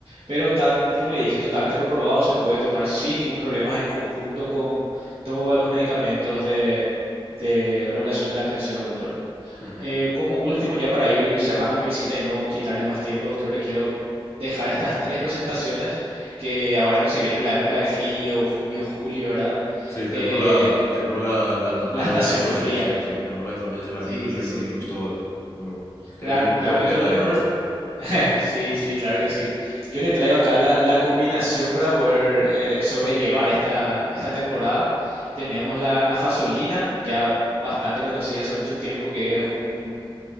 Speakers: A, on the right; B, on the left.
A: Pero está, como le dije, totalmente comprobado, se puede tomar sin ningún problema en conjunto con todos los medicamentos de de regulación de la atención, doctor.
B: ujú.
A: Eh, como último, ya para ir cerrando mi visita y no quitarle más tiempo, doctor, le quiero dejar estas tres presentaciones que ahora que se viene la época de frío, junio, julio, ¿verdad?
B: Sí, tenemos
A: Eh,
B: la, tenemos la, la etapa
A: la estación
B: de la influencia,
A: fría.
B: sí, tenemos la influencia, la
A: Sí,
B: gripe, el
A: sí,
B: rinovirus,
A: sí.
B: todo eso. Yo- tenemos
A: Real-
B: un
A: realmente,
B: cóctel
A: doctor,
B: ahí
A: <laughs> sí, sí, claro que sí. Yo le traigo acá la, la combinación para poder eh, sobrellevar esta, esta temporada. Tenemos la nafasolina, ya bastante conocida hace mucho tiempo, que es un